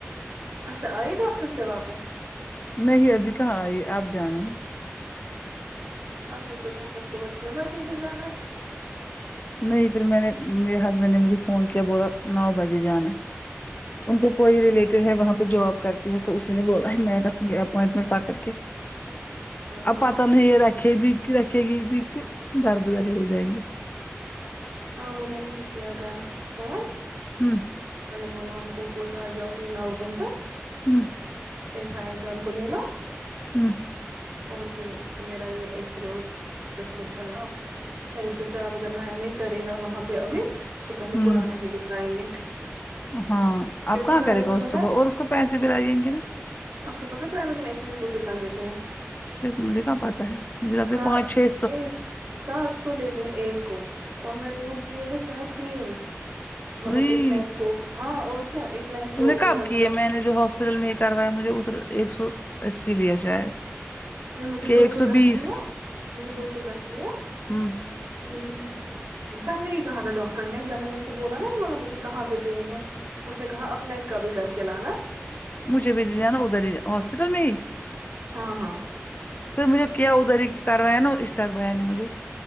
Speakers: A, on the right (about 65°); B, on the left (about 35°).
A: اچھا آئیے ڈاکٹر سے واپس
B: نہیں ابھی کہاں آئی آپ جانا ہے
A: آپ نے جو کہا تھا صبح چھ بجے ہی جانا
B: نہیں پھر میں نے میرے ہسبینڈ نے مجھے فون کیا بولا نو بجے جانا ان کو کوئی ریلیٹیو ہے وہاں پہ جاب کرتی ہے تو اس نے بولا ہے میں رکھو اپوائنٹمنٹ پا کر کے
A: چلو وہ
B: آپ پتا
A: بھی ٹھیک
B: نہیں
A: ہے
B: رکھے بھی رکھے گی بھی کہ دار بازاری ہو جائیں گے
A: ہاں وہ میں نے بھی کیا گھر فون
B: ہوں
A: میں نے بولا ان کوئی آ جاؤ یہ نو گھنٹہ
B: ہوں
A: ایک ہایا جان کولےلو
B: ہوں
A: اور یہ میرا یہ ایکس رے اور پرسکرپشن لاؤ میں نے سوچا اب اگر نیا نہیں کرے گا وہاں پہ ابھی تو پہلے
B: ہوں
A: پرانا ہی دکھائیں گے
B: ہاں
A: کیونکہ
B: آپ کہاں
A: پرائیویٹ
B: کرے گا
A: میں
B: اس
A: پتا
B: صبح
A: ہے
B: اور اس کو پیسے بھی لائییں گے نا
A: آپ کو پتا تو ہیوہا ایکسرے کو کتنا لیتے ہے
B: کیا مجھے کہاں پاتا ہے مجھے لگتا
A: اچھا
B: ہے پانچ چھ
A: یہ سات سو لیتے ہیں ایک کو اور میں نے وہ کیے ہیں شاید تین
B: سو
A: مطلب ایک نائٹ کو ہاں اور کیا ایک نائٹ
B: تم
A: کو
B: نے کب
A: بولا
B: کیے
A: تھا ڈاکٹر
B: میں نے جو ہاسپٹل میں ہی کروایا مجھے ادھر ایک سو اسی لیا شاید
A: نہیں مجھے
B: کہ
A: دو
B: ایک
A: سو دس
B: بیس
A: لیے مجھے دو سو دس لیے
B: ہوں
A: لیکن تب نہیں کہا تھا ڈاکٹر نے جب میں نے اس کو بولا نا کہ مطلب مجھے کہاں پہ پین ہے اس نے کہا اپنے ایک کہ بھی کر کے لانا
B: مجھے بھی جانا ادھر ہی ہاسپٹل میں ہی
A: ہاں ہاں
B: پھر مجھے کیا ادھر کی کاروائی ہے نا اشتاق بھیا نے مجھے